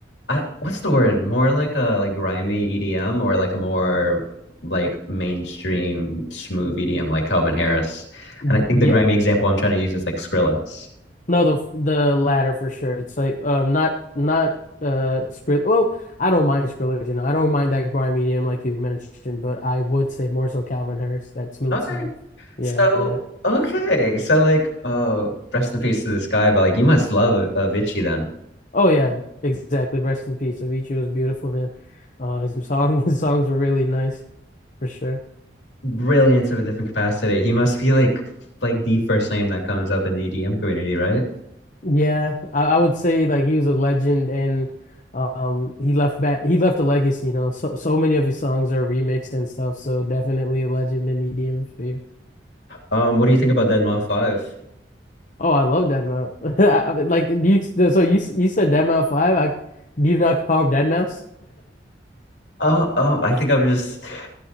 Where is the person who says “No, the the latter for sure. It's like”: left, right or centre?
Left